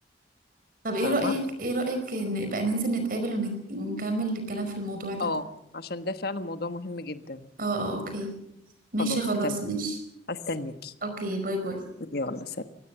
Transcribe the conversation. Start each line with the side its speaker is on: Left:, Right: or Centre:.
Right: طب ايه
Left: فاهمه
Right: رأيك ايه رأيك إن بقى ننزل نتقابل ونت... ونكمل الكلام في الموضوع ده
Left: اه عشان ده فعلا موضوع مهم جدا
Right: اه اه اوكي ماشي
Left: خلاص
Right: خلاص
Left: تمام
Right: ماشي
Left: هستنيكي
Right: اوكي باي باي
Left: يلا سلام